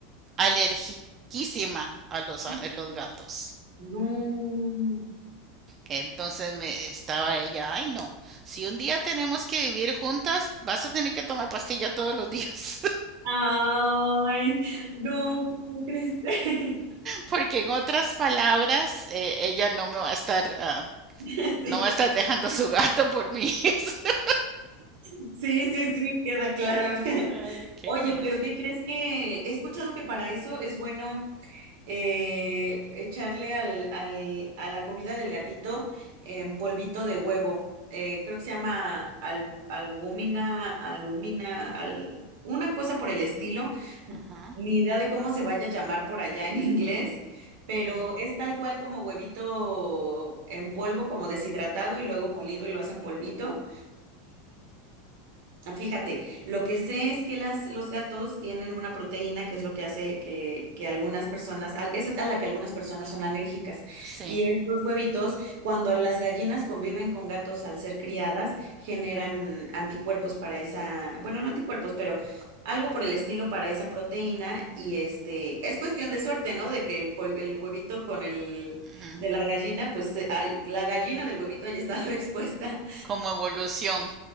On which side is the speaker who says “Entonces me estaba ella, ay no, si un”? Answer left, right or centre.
Right